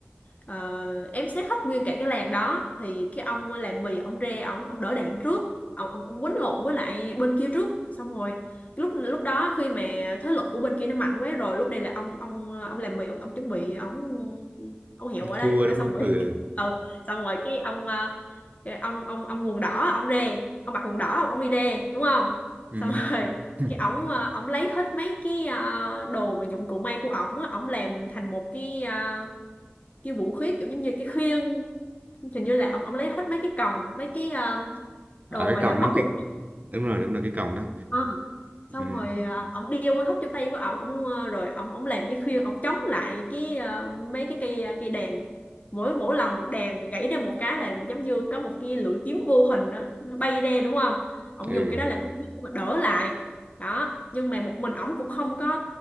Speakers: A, on the left (about 35°); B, on the right (about 40°).
A: ờ, ém xét hết nguyên cả cái làng đó thì cái ông làm mì ông ra ông ông đỡ đạn trước ông ông, ông quýnh lộn với lại bên kia trước xong rồi lúc lúc đó khi mà thế lực của bên kia nó mạnh quá rồi lúc đây là ông ông ông làm mì ông, ông chuẩn bị ông ông hiệu ở
B: thua
A: đây đã
B: đúng
A: xong
B: không
A: rồi
B: ừ
A: <laughs> ừ, xong rồi cái ông ờ, cái ông ông ông quần đỏ ông ra ông mặc quần đỏ ông đi ra đúng không
B: ừ
A: xong <laughs> rồi
B: <laughs>
A: cái ổng ờ, ổng lấy hết mấy cái ờ, đồ mà dụng cụ may của ổng á ổng làm thành một cái ờ, cái vũ khí kiểu giống như cái khiên hình như là ổng ổng lấy hết mấy cái còng mấy cái ờ,
B: à
A: đồ
B: cái
A: mà
B: còng
A: để móc
B: nó
A: quần
B: cái đúng rồi đúng rồi cái còng đó
A: Ờ, xong
B: ừ
A: rồi à, ổng đi ông hơi hấp trong tay của ổng ổng à, rồi ổng ổng làm cái khuyên ổng chống lại cái à, mấy cái cây ờ, cây đàn mỗi mỗi lần đàn gãy ra một cái là giống như có một cái lưỡi kiếm vô hình đó, nó bay ra đúng không ổng
B: ừ
A: dùng cái đó làm cái khuyên để mà đỡ lại đó nhưng mà một mình ổng cũng không có